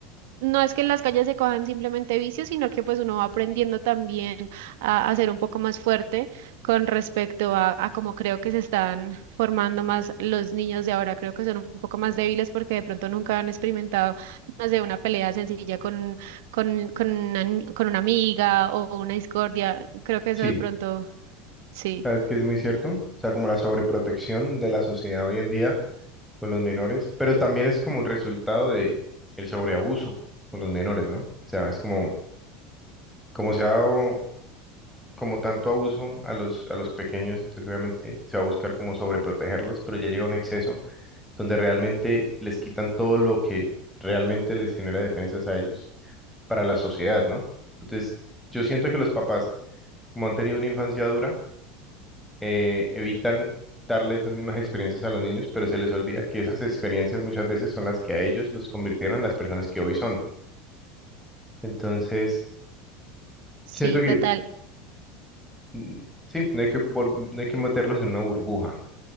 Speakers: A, on the right (about 80°); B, in the centre.
A: no es que en las calles se cojan simplemente vicios, sino que pues uno va aprendiendo también a, a ser un poco más fuerte con respecto a, a cómo creo que se están formando más los niños de ahora. Creo que son un poco más débiles porque de pronto nunca han experimentado más de una pelea sencilla con, con, con una, ni- con una amiga o una discordia. Creo que eso
B: Sí.
A: de pronto, sí,
B: ¿Sabes que es muy cierto? O sea, como la sobreprotección de la sociedad hoy en día con los menores, pero también es como un resultado de el sobreabuso con los menores, ¿no? O sea, es como, como se ha dado como tanto abuso a los, a los pequeños, entonces obviamente se va a buscar como sobreprotegerlos, pero ya llega un exceso donde realmente les quitan todo lo que realmente les genera defensas a ellos para la sociedad, ¿no? Entonces, yo siento que los papás, como han tenido una infancia dura, eh, evitan darle esas mismas experiencias a los niños, pero se les olvida que esas experiencias muchas veces son las que a ellos los convirtieron en las personas que hoy son. Entonces,
A: sí,
B: siento que
A: total.
B: mm, sí, no hay que, vol- no hay que meterlos en una burbuja.